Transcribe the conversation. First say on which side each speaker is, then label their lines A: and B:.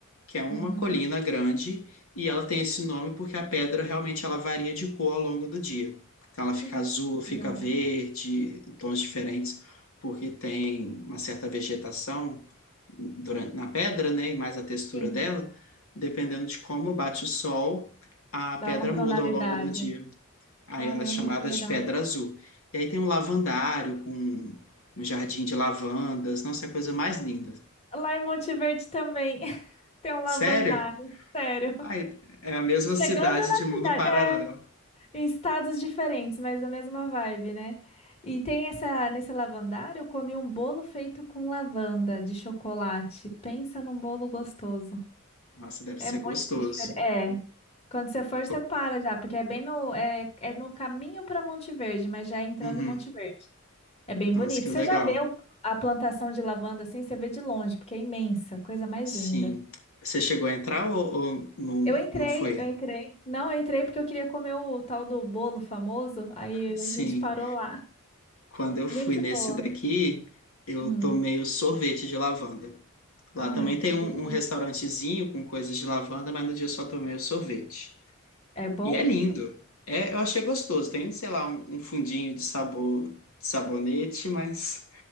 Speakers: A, on the left (about 75°); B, on the left (about 30°).
A: que é uma
B: Uhum.
A: colina grande e ela tem esse nome porque a pedra realmente ela varia de cor ao longo do dia. Então ela fica
B: Que lindo.
A: azul, fica verde, tons diferentes, porque tem uma certa vegetação durante, na pedra, né? E mais a textura
B: Sim,
A: dela, dependendo de como bate o sol, a pedra
B: dá uma tonalidade.
A: muda ao longo do dia. Aí
B: Caramba,
A: ela é chamada
B: que legal.
A: de Pedra Azul. E aí tem um lavandário com um jardim de lavandas. Nossa, é a coisa mais linda.
B: Lá em Monte Verde também <laughs> tem um lavandário,
A: Sério?
B: sério.
A: Ai, é a mesma
B: Chegando
A: cidade
B: na
A: de mundo
B: cidade,
A: paralelo.
B: é, em estados diferentes, mas a mesma vibe, né? E tem essa, nesse lavandário, eu comi um bolo feito com lavanda de chocolate. Pensa num bolo gostoso.
A: Nossa, deve
B: É
A: ser
B: muito
A: gostoso.
B: diferente. É. Quando você for, você
A: Co-
B: para já, porque é bem no, é, é no caminho para Monte Verde, mas já é entrando
A: Uhum.
B: em Monte Verde. É bem
A: Nossa,
B: bonito.
A: que
B: Você
A: legal.
B: já vê o- a plantação de lavanda assim? Você vê de longe, porque é imensa, coisa mais
A: Sim.
B: linda.
A: Você chegou a entrar ou, ou não,
B: Eu entrei,
A: não foi?
B: eu entrei. Não, eu entrei porque eu queria comer o tal do bolo famoso, aí
A: Sim.
B: a gente parou lá.
A: Quando eu fui
B: Gente
A: nesse
B: boa.
A: daqui, eu
B: Hum.
A: tomei o sorvete de lavanda. Lá
B: Ai,
A: também tem
B: delícia.
A: um, um restaurantezinho com coisas de lavanda, mas no dia eu só tomei o sorvete.
B: é bom?
A: E é lindo. É, eu achei gostoso. Tem, sei lá, um, um fundinho de sabor, de sabonete, mas